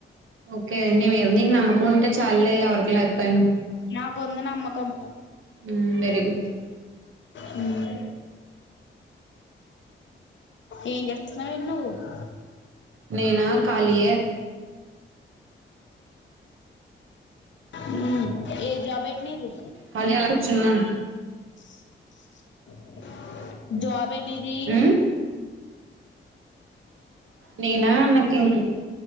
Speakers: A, on the right; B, on the left.
A: ఓకే నీవేర్ని నీ నమ్మకం ఉంటే చాలులే ఎవరికి లేకపోయినా
B: నాకుంది నమ్మకం
A: హ్మ్ వెరి గుడ్
B: హ్మ్ ఏం చేస్తున్నావేటి నువ్వు <inaudible>
A: నేనా ఖాళీయే
B: హ్మ్ ఏ జాబ్ అయి నది
A: ఖాళీ అలా కూర్చున్నాను
B: <inaudible> జాబ్ ఏటి నీది
A: ఉమ్ నేనా నాకు